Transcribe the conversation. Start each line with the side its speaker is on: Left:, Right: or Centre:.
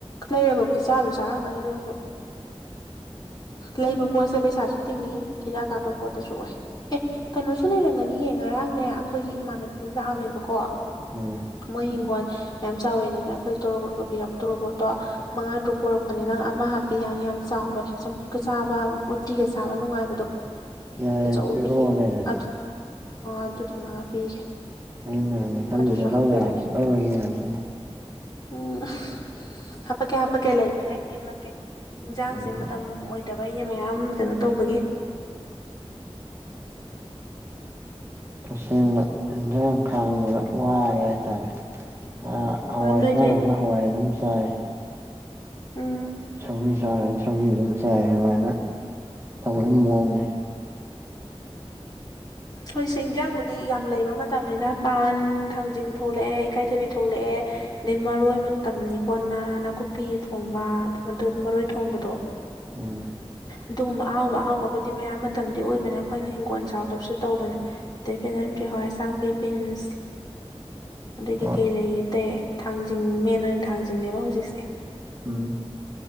Left: ꯂꯩꯔꯒꯕꯨꯗꯤ ꯆꯥꯕꯁꯨ ꯆꯥꯔꯝꯒꯅꯤ ꯑꯗꯨꯔꯁꯨ ꯂꯩꯕ ꯄꯣꯠꯁꯦ ꯄꯩꯁꯥꯁꯨ ꯇꯤꯡꯏꯤ ꯍꯤꯗꯥꯛ ꯀꯥꯞꯄ ꯄꯣꯠꯇꯁꯨ ꯑꯣꯏ ꯑꯦ ꯀꯩꯅꯣꯁꯨ ꯂꯩꯔꯝꯒꯅꯤꯌꯦ ꯉꯔꯥꯡꯅꯦ ꯑꯩꯈꯣꯏꯒꯤ ꯏꯃꯥꯟꯅꯕꯤ ꯑꯃ ꯂꯥꯛꯑꯝꯃꯦꯕꯀꯣ
Right: ꯎꯝ
Left: ꯃꯣꯏ ꯍꯤꯡꯒꯣꯜ ꯃꯌꯥꯝ ꯆꯥꯎꯋꯦꯅꯅꯦ ꯑꯩꯈꯣꯏ ꯇꯣꯔꯣꯕꯣꯠ ꯄꯨꯕꯤꯔꯛꯄ ꯇꯣꯔꯣꯕꯣꯠꯇꯣ ꯃꯉꯥ ꯇꯔꯨꯛ ꯄ‍ꯣꯔꯛꯄꯅꯦ ꯅꯪ ꯑꯃ ꯍꯥꯞꯄꯤ ꯌꯥꯅꯤ ꯌꯥꯝ ꯆꯥꯎꯕꯅꯦ ꯆꯝꯐꯨꯠꯀ ꯆꯥꯕ ꯎꯇꯤꯒ ꯆꯥꯕ ꯅꯨꯡꯉꯥꯏꯕꯗꯣ
Right: ꯌꯥꯏ ꯌꯥꯏ
Left: ꯑꯆꯧꯕꯕꯤ
Right: ꯄꯤꯔꯛꯑꯣ ꯂꯩꯔꯗꯤ
Left: ꯑꯣ ꯑꯗꯨ ꯇꯝꯂꯒ ꯄꯤꯒꯦ
Right: ꯑꯩꯅ ꯍꯧꯖꯤꯛ ꯈꯜꯂꯤꯖ
Left: ꯑꯗꯨꯁꯨ
Right: ꯂꯧ
Left: ꯍꯥꯞꯄꯤꯔꯒꯦ
Right: ꯌꯥꯔꯗꯤ ꯂꯧꯔꯒꯦꯅ‌ꯦ ꯑꯗ‌ꯨꯗꯤ
Left: ꯎꯝ ꯍꯥꯄꯀꯤ ꯍꯥꯄꯀꯤ ꯂꯏꯕꯒꯦ ꯍꯥꯛꯂꯛꯀꯦ ꯏꯟꯖꯥꯡꯁꯦ
Right: ꯎꯝ
Left: ꯃꯇꯝ ꯑꯣꯏꯇꯕ ꯑꯅꯦ ꯃꯌꯥꯝ ꯀꯩꯅꯣ ꯇꯧꯕꯒꯤ
Right: ꯑꯁꯦꯡꯅ ꯏꯟꯁꯥꯡ ꯈꯥꯡꯕꯗ ꯋꯥꯔꯦ ꯍꯥꯏꯇꯥꯔꯦ ꯑ ꯍꯋꯥꯏ
Left: ꯍꯣꯏ ꯅꯣꯏꯗꯤ
Right: ꯆꯥꯔꯅ ꯍꯋꯥꯏ ꯑꯗꯨꯝ ꯆꯥꯏ ꯑ
Left: ꯎꯝ
Right: ꯁꯥꯏꯒꯔꯤ ꯆꯥ ꯁꯧꯒ꯭ꯔꯤ ꯑꯗꯨꯝ ꯆꯥꯏ ꯑꯗꯨꯃꯥꯏꯅ ꯇꯧꯕꯒꯤ ꯃꯑꯣꯡꯅꯤ
Left: ꯍꯧꯖꯤꯛꯁꯦ ꯏꯟꯖꯥꯡꯕꯨꯗꯤ ꯌꯥꯝ ꯂꯩꯕ ꯃꯇꯝꯅꯤꯅ ꯄꯥꯟ ꯊꯥꯡꯖꯤꯡ ꯊꯣꯛꯂꯛꯑꯦ ꯏꯀꯥꯏꯊꯕꯤ ꯊꯣꯛꯂꯛꯑꯦ ꯑꯗꯩ ꯃꯔꯣꯏ ꯃꯇꯝꯅꯤꯀ‌ꯣ ꯅꯥꯟ ꯅꯥꯀꯨꯞꯄꯤ ꯊꯣꯡꯕ ꯃꯔꯣꯏ ꯊꯣꯡꯕꯗꯣ
Right: ꯎꯝ
Left: ꯑꯗꯨꯒꯨꯝꯕ ꯑꯍꯥꯎꯕ ꯑꯍꯥꯎꯕꯕꯨꯗꯤ ꯃꯌꯥꯝ ꯃꯇꯝꯗꯤ ꯑꯣꯏꯕꯅꯦ ꯑꯩꯈꯣꯏꯅ ꯍꯤꯡꯒꯣꯜ ꯆꯥꯎꯗꯕꯁꯨ ꯇꯧꯕꯅꯦ ꯑꯗꯩ ꯕꯦꯂꯟꯗ꯭ꯔꯤ ꯍꯣꯏ ꯑꯁꯥꯡꯕꯤꯕꯤꯟꯁ ꯑꯗꯒꯤ
Right: ꯍꯣꯏ
Left: ꯀꯩ ꯂꯩꯇꯦ ꯊꯥꯡꯖꯤꯡ ꯃꯦꯟ ꯑꯣꯏꯅ ꯊꯥꯡꯖꯤꯡ ꯍꯧꯖꯤꯛꯁꯦ
Right: ꯎꯝ